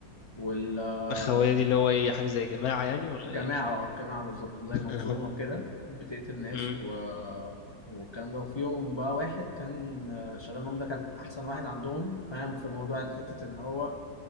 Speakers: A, on the left; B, on the left.
A: وال آه،
B: الخويه دي اللي هو ايه حاجه زي جماعه يعني ولا
A: جماعة
B: ايه مش فاهم
A: آه، جماعة بالظبط زي
B: <laughs>
A: منظومة وكده بتقتل ناس
B: أمم.
A: و... والكلام ده وفي يوم بقى واحد كان آه، شغال معاهم ده كان أحسن واحد عندهم فاهم في موضوع حتة إن هو